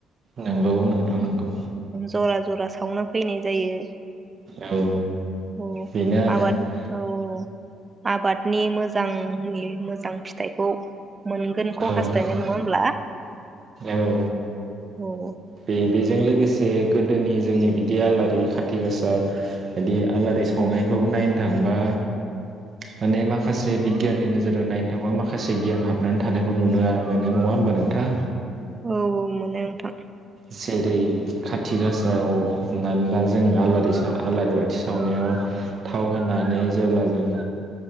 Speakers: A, on the right; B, on the right.
A: नोंगौ नोंथां। नंगौ
B: जरा जरा सावना फैनाय जायो।
A: औ
B: औ
A: बेनो आरो
B: आबाद औ आबादनि मोजांनि मोजां मोजां फिथाइखौ मोनगोनखौ हास्थायनाय
A: औ
B: नङा होमब्ला
A: औ
B: औ
A: बे बेजों लोगोसे गोदोनि जोंनि बिदि आलारि खाथि गासा बिदि आलारि सावनायखौ नायनो थांबा माने माखासे बिगियाननि नोजोरजों नायनो थांबा माखासे गियान हाबनानै थानायखौ नुनो मोनो नङा होमबा नोंथां
B: औ औ मोनो नोंथां।
A: जेरै खाथि गासायाव हमनानै ला जों आलारि आलारि बाथि सावनायाव थाव होनानै जेब्ला जों